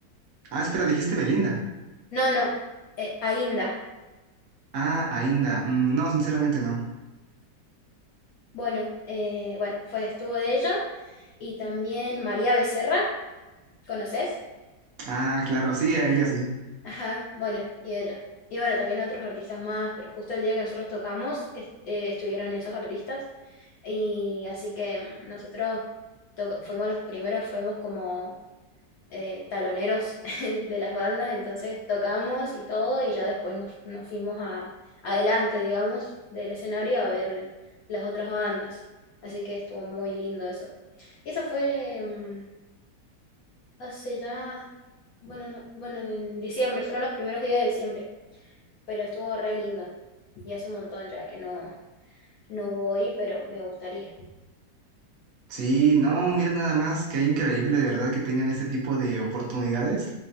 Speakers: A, on the right; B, on the left.
A: Ah, espera, dijiste Belinda.
B: no, no, eh, Ainda.
A: Ah, Ainda. Mm, no, sinceramente no.
B: Bueno, eh, bueno, fue, estuvo de ella y también María Becerra, ¿conoces?
A: Ah, claro, sí, a ella sí.
B: Ajá, bueno, y ella. Y bueno, también otros artistas más, pero justo el día que nosotros tocamos est- eh, estuvieron esos artistas. Y así que nosotros to- fuimos los primeros, fuimos como eh, taloneros <laughs> de las bandas, entonces tocamos y todo, y ya después nos, nos fuimos a, adelante, digamos, del escenario a ver las otras bandas. Así que estuvo muy lindo eso. Y eso fue em, hace ya, bueno, no- bueno, en diciembre, fueron los primeros días de diciembre, pero estuvo re lindo. Y hace un montón ya que no, no voy, pero me gustaría.
A: Sí, no, mira nada más, qué increíble de verdad que tengan este tipo de oportunidades.